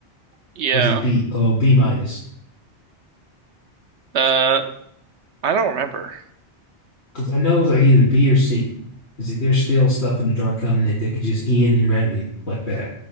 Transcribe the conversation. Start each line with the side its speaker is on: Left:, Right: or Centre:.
Right: yeah
Left: Was it B? Oh, B minus.
Right: uh I don't remember
Left: Because I know it was like either B or C. It's like there's still stuff in the Dark Continent that could just end humanity like that,